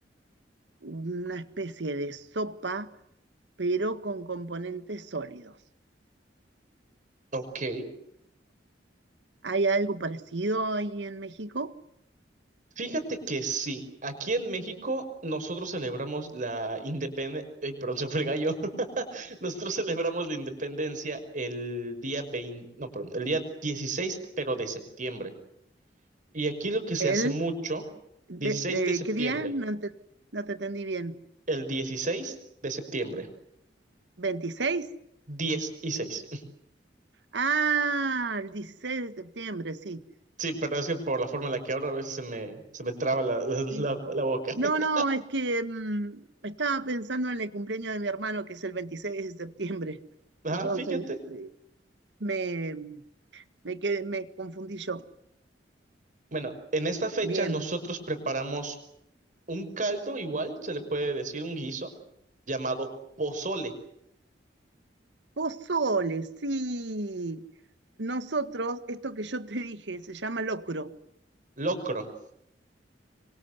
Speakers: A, on the right; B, on the right.
A: una especie de sopa, pero con componentes sólidos.
B: Ok.
A: ¿Hay algo parecido ahí en México?
B: Fíjate que sí, aquí en México nosotros celebramos la independencia, perdón, se fue el gallo. <laughs> Nosotros celebramos la independencia el día 20. no, perdón, el día 16, pero de septiembre. Y aquí lo que se
A: ¿El?
B: hace mucho,
A: De,
B: 16
A: de-
B: de septiembre,
A: ¿qué día? No te, no te entendí bien.
B: el dieciséis de septiembre,
A: ¿26?
B: 10 y 6.
A: Ah, el 16 de septiembre, sí.
B: <laughs> Sí, pero es que por la forma en la que ahora a veces se me, se me traba la, la
A: Sí.
B: la- la boca.
A: No,
B: <laughs>
A: no, es que mm, estaba pensando en el cumpleaños de mi hermano, que es el 26 de septiembre.
B: Ah,
A: Entonces,
B: fíjate.
A: eh, me, me, quedé- me confundí yo.
B: Bueno, en esta fecha
A: Bien.
B: nosotros preparamos un caldo igual, se le puede decir un guiso, llamado pozole,
A: Pozole, sí. Nosotros, esto que yo te dije, se llama locro.
B: locro.